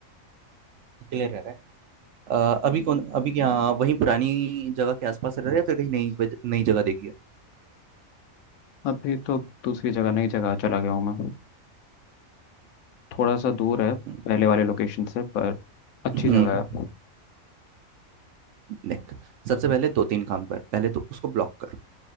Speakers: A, on the right; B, on the left.
A: क्लियर रह रहा है अ, अभी कौन अभी क्या वहीं पुरानी जगह के आसपास रह रहा है या फिर कहीं नई वज- नई जगह देखी है
B: अभी तो दूसरी जगह नई जगह चला गया हूँ मैं थोड़ा सा दूर है पहले
A: हम्म
B: वाले लोकेशन से पर अच्छी
A: हम्म।
B: जगह है
A: देख सबसे पहले दो तीन काम कर पहले तो उसको ब्लॉक कर